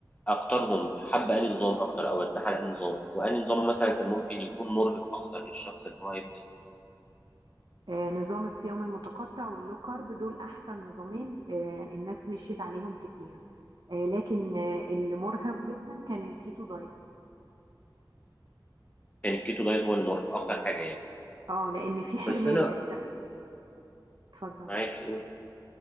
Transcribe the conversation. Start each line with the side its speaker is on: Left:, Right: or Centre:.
Left: أكترهم حب أنهي نظام أكتر أو ارتاح على أنهي نظام وأنهي نظام مثلا كان ممكن يكون مرهق أكتر للشخص اللي هو هيبدأ فيه
Right: آه، نظام الصيام المتقطع واللو كارب دول احسن نظامين آه، الناس مشيت عليهم كتير آه، لكن آه، اللي مرهق جدا كان الكيتو دايت
Left: كان الكيتو دايت هو المرهق أكتر حاجة يعني
Right: اه لان في حرمان
Left: بس أنا
Right: انت اتفضل
Left: معاك قول